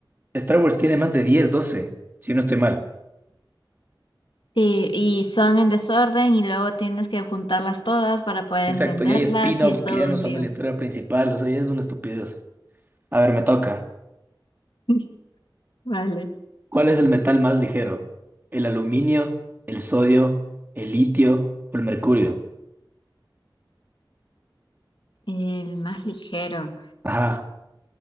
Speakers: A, on the right; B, on the left.
A: Star Wars tiene más de 10, 12, si no estoy mal.
B: Sí, y son en desorden y luego tienes que juntarlas todas para poder
A: Exacto,
B: entenderlas
A: y hay spin-offs
B: y es
A: que
B: todo
A: ya no
B: un
A: son
B: lío.
A: de la historia principal, o sea, ya es una estupidez. A ver, me toca.
B: <laughs> Vale.
A: ¿Cuál es el metal más ligero? ¿El aluminio, el sodio, el litio o el mercurio?
B: El más ligero,
A: Ajá,